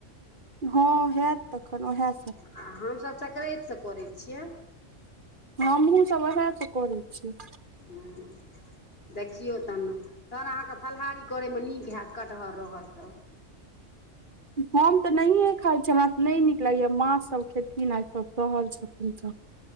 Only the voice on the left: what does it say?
आ, हम सभ सक्रातिसँ करैत छियै।
ह, देखियौ तन। तहन अहाँकेँ फलाहारी करैमे निक हैत कटहर रहत तऽ।